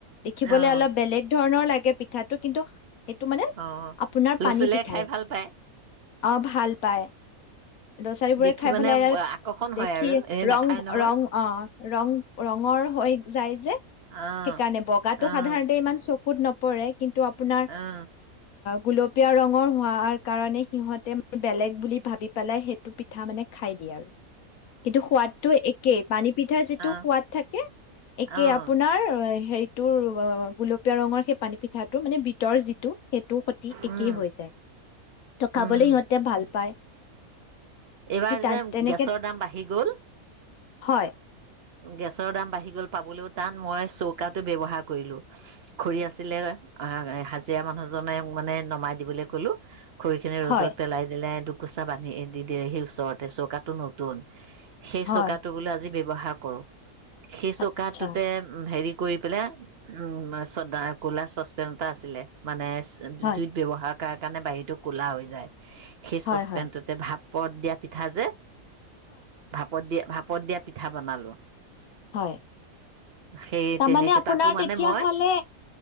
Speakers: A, on the left; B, on the right.
A: দেখিবলে
B: অ',
A: অলপ বেলেগ ধৰণৰ লাগে পিঠাটো কিন্তু সেইটো মানে
B: অ',
A: আপোনাৰ
B: ল'ৰা
A: পানী
B: ছোৱালীয়ে
A: পিঠাই
B: খাই ভাল পায়
A: অ', ভাল পায়, দচাৰীবোৰে
B: দেখি
A: খাই
B: মানে
A: পেলাইাৰ
B: আকৰ্ষণ
A: দেখি
B: হয় আৰু এনেই
A: ৰং
B: নাখায় নহয়
A: ৰং অ'। ৰং ৰঙৰ হৈ যায় যে।
B: অ',
A: সেইকাৰণে বগাটো
B: অ',
A: সাধাৰণতে ইমান চক চকুত নপৰে কিন্তু আপোনাৰ
B: অ',
A: গুলপীয়া ৰঙৰ হোৱাৰ কাৰণে সিহঁতে বেলেগ বুলি ভাবি পেলাই সেইটো পিঠা মানে খাই দিয়ে আৰু। কিন্তু সোৱাদটো একেই। পানী পিঠাৰ যিটো
B: অ',
A: সোৱাদ থাকে, একেই
B: অ', অ',
A: আপোনাৰ হেইত তৰ গুল পিয়া ৰঙৰ সেই পানী পিঠাটো মানে বি গীতৰ যিটো সেইটোৰ সতি একেই
B: উম,
A: হৈ যায়, ত' খাবলে
B: উম,
A: সিহঁতে ভাল পায়।
B: এইবাৰ
A: সেই তাত
B: যে
A: তেনেকে
B: গেছৰ দাম বাঢ়ি গ'ল।
A: হয়।
B: গেছৰ দাম বাঢ়ি গল, পাবলৈও টান, মই চৌকাটো ব্যৱহাৰ কৰিলো। খৰি আছিলে, হা হাজিৰা মানুহজনে মানে নমাই দিবলৈ কলো খৰিখিনি ৰ'দত
A: হয়
B: পেলাই দিলে কুচা বান্ধি দি দিয়ে সেই ওচৰতে চৌকাটো নতুন সেই
A: হয়
B: চোকা টো বোলে আজি ব'হাগ কৰোঁ। সেই চৌকাটোতে
A: আচ্ছা
B: হেৰি কৰি পেলাই উম, চা ক'লা চচপেন এটা আছিলে মানে
A: হয়
B: জুইত ব্যৱহাৰ তাৰ কাৰণে বাহিৰটো ক'লা হৈ যায়। সেই
A: হয়
B: চচপেনটোতে
A: হয়
B: ভাত পদ দিয়া পিঠা যে। ভাপত দিয়া ভাপত দিয়া পিঠা বনালোঁ।
A: হয়
B: সেই
A: তাৰ
B: তেনেকে
A: মানে আপোনাৰ
B: তাতো মানে
A: তেতিয়া
B: মই
A: হ'লে